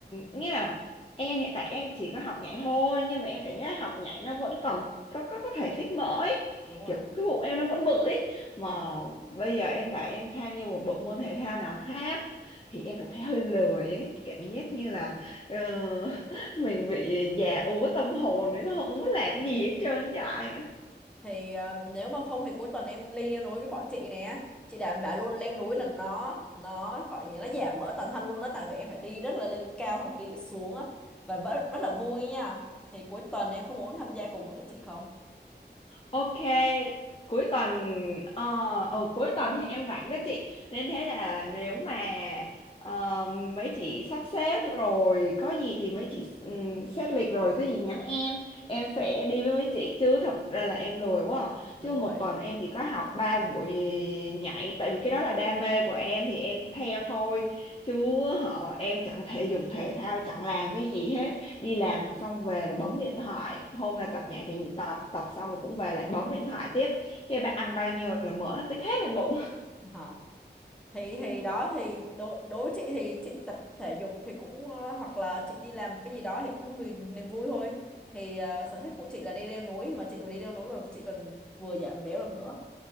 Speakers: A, on the left (about 30°); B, in the centre.
A: nghĩa là em hiện tại em chỉ có học nhảy thôi nhưng mà em cảm giác học nhảy nó vẫn còn có có có thể tích mỡ ấy.
B: đúng rồi
A: kiểu cái bụng em nó vẫn bự ấy. mà
B: ờ
A: bây giờ em bảo em tham gia một bộ môn thể thao nào khác thì em cảm thấy hơi lười ấy cảm giác như là ờ, <laughs> mình bị già úa tâm hồn nên nó không muốn làm gì hết trơn vậy
B: thì ờ, nếu mà không thì cuối tuần em đi leo núi với bọn chị nè chị đảm bảo luôn leo núi là nó nó gọi gì nó giảm mỡ toàn thân luôn đó tại vì em phải đi rất là lên cao không đi xuống á và vẫn rất là vui nha thì cuối tuần em có muốn tham gia cùng với tụi chị không
A: Ok, cuối tuần ờ ừ, cuối tuần thì em rảnh đó chị. Nên thế là nếu mà ờ, mấy chị sắp xếp rồi có gì thì mấy chị um, xét lịch rồi có gì nhắn em, em sẽ đi với mấy chị chứ thật ra là em lười quá. à.
B: đúng
A: Chứ một
B: rồi
A: tuần em chỉ có học 3 buổi nhảy tại vì cái đó là đam mê của em thì em theo thôi. Chứ họ em chẳng thể dục thể thao chẳng làm cái gì hết đi làm xong về là bấm điện thoại hôm nay tập nhảy thì tập tập xong rồi cũng về lại bấm điện thoại tiếp khi bạn ăn bao nhiêu là mỡ nó tích hết lên bụng
B: hả thì thì đó thì đối đối với chị thì chị tập thể dục thì cũng ờ, hoặc là chị đi làm cái gì đó thì cũng vì niềm vui thôi thì ờ, sở thích của chị là đi leo núi mà chị vừa đi leo núi mà chị còn vừa giảm béo được nữa